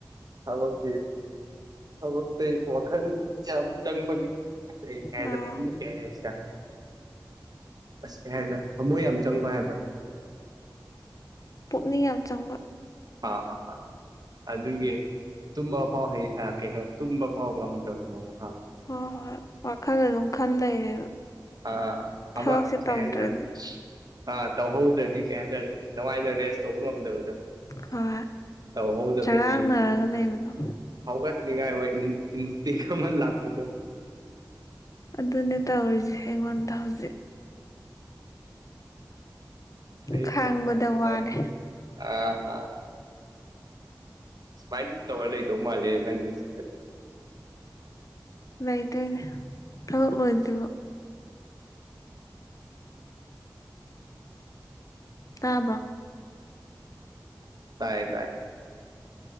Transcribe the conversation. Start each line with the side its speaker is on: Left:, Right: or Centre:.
Right: ꯍꯕꯀꯤ ꯊꯕꯛꯇ ꯋꯥꯈꯟ ꯆ ꯆꯪ ꯃꯒꯤ ꯀꯖ
Left: ꯑꯥ
Right: ꯄꯝꯃꯤꯨ ꯀ ꯍꯥꯏꯁ ꯑꯁ ꯀ ꯍꯥꯏꯕ꯭ꯔꯥ ꯍꯥꯃꯣꯏ ꯌꯥꯝ ꯆꯪꯕ ꯍꯥꯏꯕ꯭ꯔꯥ
Left: ꯄꯨꯛꯅꯤꯡ ꯌꯥꯝ ꯆꯪꯕ
Right: ꯑꯥ ꯑꯥ ꯑꯥ ꯑꯗꯨꯒꯤ ꯇꯨꯝꯕ ꯐꯥꯎ ꯍꯩ ꯌꯥꯀꯦꯩꯅꯣ ꯇꯨꯝꯕ ꯐ ꯄꯣꯕ꯭ꯂꯦꯝꯝ
Left: ꯍꯣꯏ ꯍꯣꯏ ꯋꯥꯈꯜꯗ ꯑꯗꯨꯝ ꯈꯟ ꯂꯩꯔꯦꯕ
Right: ꯑꯥ
Left: ꯊꯕꯛꯁꯦ
Right: ꯑꯕ ꯁꯦꯖ
Left: ꯇꯧꯗ꯭ꯔꯗꯤ
Right: ꯑ ꯍ ꯑꯗꯨꯗꯤ ꯀꯩ ꯍꯥꯏꯇꯥꯔꯦ ꯅꯉꯥꯏꯅ ꯔꯦꯁ ꯇꯧꯕ ꯉꯝꯗꯕꯗꯣ
Left: ꯍꯣꯏ
Right: ꯇꯧꯍꯧꯗꯕꯒꯤ
Left: ꯆꯔꯥꯡꯅꯔꯒ ꯂꯩꯕꯗꯣ
Right: ꯍꯧꯒꯠꯅꯤꯡꯉꯥꯏ ꯑꯣꯏ ꯏꯟꯁꯇꯦꯒ꯭ꯔꯝꯜ ꯂꯥꯛꯄꯗ
Left: ꯑꯗꯨꯅꯦ ꯇꯧꯔꯤꯁꯦ ꯑꯩꯉꯣꯟꯗ ꯍꯧꯖꯤꯛ
Right: ꯐꯩ
Left: ꯈꯪꯕꯗ
Right: ꯐꯩ ꯑꯗꯨꯃꯥꯏ
Left: ꯋꯥꯔꯦ
Right: ꯑꯥ ꯑꯥ ꯁꯃꯥꯏ ꯇ ꯇꯧ ꯋꯥꯔꯤ ꯂꯩꯗꯧ ꯃꯥꯦ ꯅꯪꯁ
Left: ꯂꯩꯗꯣꯏꯅꯦ ꯊꯕꯛ ꯂꯣꯏꯗ꯭ꯔꯤꯔꯤꯕ ꯇꯥꯕ꯭ꯔꯣ
Right: ꯇꯥꯏꯌꯦ ꯇꯥꯏꯌꯦ